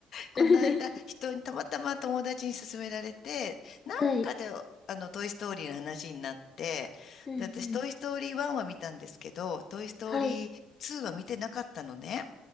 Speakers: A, on the left; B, on the left.
A: この間、
B: <laughs>
A: 人に、たまたま友達に勧められて、なんかで、
B: はい。
A: あの、トイ・ストーリーの話になって、
B: うんうん。
A: で、私、トイ・ストーリー1は見たんですけど、トイ・ストーリー2は見てなかったのね。
B: はい。